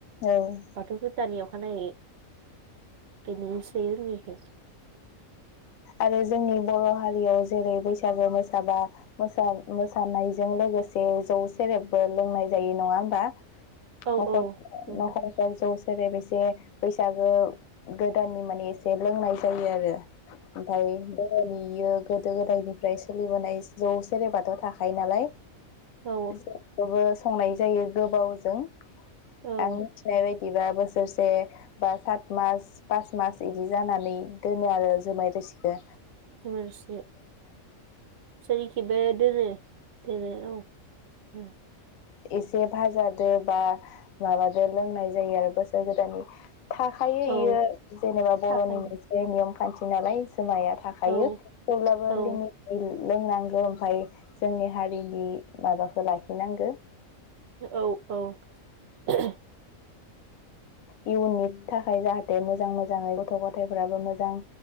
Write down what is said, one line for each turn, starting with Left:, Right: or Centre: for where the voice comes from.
Left: औ
Right: बाथौ बुजानि अखानायै बेदिनोसै ओंनिखै
Left: आरो जोंनि बर' हारियाव जेरै बैसागु मोसाबा मोसा मोसानायजों लोगोसे जौ सेरेबबो लोंनाय जायो नङा होमबा
Right: औ
Left: नख'र
Right: औ औ
Left: नख'र <unintelligible> जौ जेरै बेसे बैसागो गोदाननि माने एसे लोंनाय जायो आरो ओमफ्राय बरनि इयो गोदो गोदायनिफ्राय सोलिबोनाय जौ सेरेबाथ' थाखायो नालाय
Right: औ
Left: <unintelligible> खौबो संनाय जायो गोबावजों
Right: औ
Left: आं मिथिनाय बा बिदिबा बोसोरसे बा सात मास पास मास बिदि जानानै दोनो आरो जुमाय रोसिखो
Right: जोमाइ रोसि जोंनिखिबो दोनो बेेरे औ उम
Left: एसे भाजादो बा माबादो लोंनाय जायो आरो बोसोर गोदाननि थाखायो
Right: औ
Left: इयो जेनेबा बर'नि
Right: थाखायो
Left: मोनसे नियम खान्थि नालाय जोमाइया थाखायो
Right: औ
Left: थेवब्लाबो
Right: औ
Left: लिमिट लोंनांगौ ओमफाय जोंनि हारिनि माबाखो लाखिनांगौ
Right: औ औ। <inaudible>
Left: इयुननि थाखाय जाहाथे मोजां मोजाङै गथ गथायाइफोराबो मोजां